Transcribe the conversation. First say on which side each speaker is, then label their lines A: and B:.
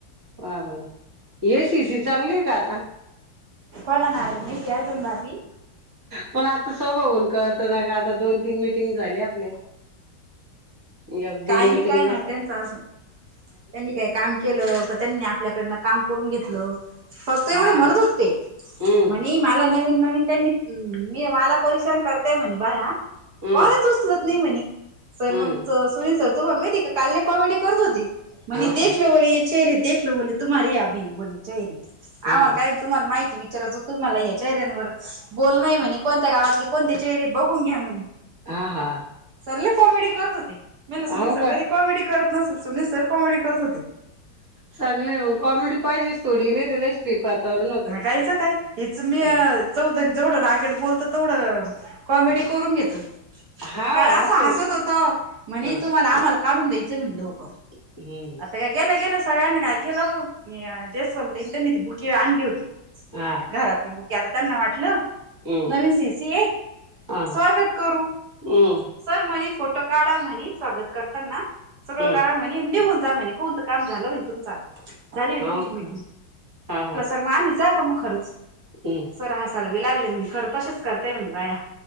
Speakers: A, on the right (about 15°); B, on the right (about 60°).
A: वा बर ए सी सी चालु होईन का आता?
B: ओल नारळ घे की अजून भारी
A: पण आता स्वभावरुन कळत ना ग आता दोन, तीन मिटिंग झाल्या आपल्या. एक,
B: काय
A: दोन
B: नाही
A: मिटिंगलाच
B: कळणार त्यांचं अजून त्यांनी काय काम केलं का त्यांनी आपल्याकडन काम करून घेतलं फक्त एवढे
A: हा
B: म्हणत होते ते
A: हम्म
B: मी मला नवीन, नवीन त्यांनी मी मला परिश्रान करतेय म्हणे बाया
A: हम्म
B: कॉलच उचलत नाही म्हणे सर
A: हम्म
B: मग, सुनील सर तूम्हाला माहिती आहे का? काल लय कॉमेडी करत होते. म्हणे
A: हो
B: देखलो
A: का
B: बोले ते चेहेरे, देखलो बोले तुम्हारे हे ये अभी बोले चेहरे.
A: हा
B: आम्हाला काय तुम्हाला माहिती विचारायचं होत तुम्हाला या चेहऱ्यांवर बोल नाही म्हणे कोणत्या गावातले कोणते चेहरे बघून घ्या म्हणे.
A: हा हा
B: सर लय कॉमेडी करत होते. म्हणलं सुनील
A: हो
B: सर
A: का
B: कधी कॉमेडी करत नसल सुनील सर कॉमेडी करत होते.
A: चांगलंय मग कॉमेडी पाहिजेस थोडी नाही तर लई ते वातावरण <unintelligible>
B: धाकायच काय हेच मी
A: हं.
B: चौधरी जेवढं रागेट बोलतं तेवढं कॉमेडी करून घेत.
A: हा
B: काल असं
A: आहे
B: हसत होत म्हणे
A: हा
B: तुम्हाला आम्हाला काढून द्यायचं म्हणे लवकर.
A: हम्म
B: आता काय गेल्या, गेल्या सगळ्यांना काय केलं नी जेसवाल ताई त्यांनी ती बुके आणली होती
A: हा
B: घरातली बुके आता त्यांना वाटलं
A: हम्म
B: नवीन सी सी ये
A: हा
B: स्वागत करू
A: हम्म
B: सर म्हणे फोटो काढा म्हणे स्वागत करताना सगळं
A: हम्म
B: करा निघून जा म्हणे कोणत काम झालं बाई तुमचा. झाली
A: हो
B: तुमची मीटिंग
A: का हा
B: <unintelligible>
A: हम्ं
B: सर हसायल बी लागले म्हणे खरं तसेच करतेय म्हणे बाया.